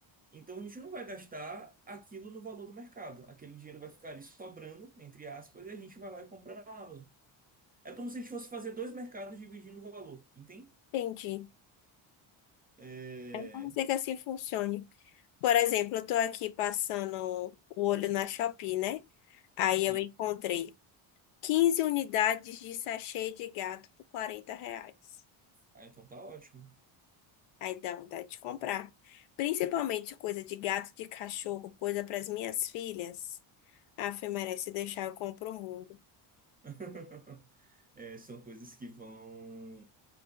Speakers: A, on the right; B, on the left.
A: Então a gente não vai gastar aquilo no valor do mercado. Aquele dinheiro vai ficar ali sobrando, entre aspas, e a gente vai lá e compra na Amazon. É como se a gente fosse fazer dois mercados dividindo o valor, entende?
B: Entendi.
A: É...
B: É. Vamos dizer que assim funcione. Por exemplo, eu tô aqui passando o olho na Shopee, né? Aí
A: Sim.
B: eu encontrei 15 unidades de sachê de gato por 40 reais.
A: Ah, então tá ótimo.
B: Aí dá vontade de comprar. Principalmente coisa de gato, de cachorro, coisa para as minhas filhas. Ah, Fê, merece deixar, eu compro o mundo.
A: <laughs> É, são coisas que vão